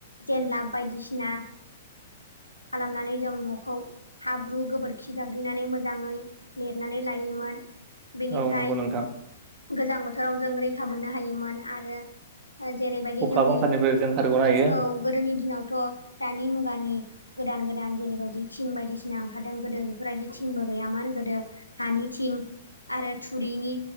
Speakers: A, on the left; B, on the right.
A: जेनलाब बायदिसिना खालामनानै जों न'खौ हाब्रु गोबोरखि गाग्लिनानै मोजाङै लिरनानै लायोमोन बेनिफ्राय
B: औ नंगौ नोंथां
A: गोजां बोथोराव जों रैखा मोननो हायोमोन आरो जेरैबायदि
B: अखा
A: जोंनि
B: बांखानिफ्राय जों खारग'नो हायो
A: औ गोदोनि दिनावथ' दानि मुगानि गोदान गोदान जेरैबायदि थिं बायदिसिना ओंखारदों गोदो बेफोरबायदि थिंबो गैयामोन गोदो हानि थिं आरो थुरिनि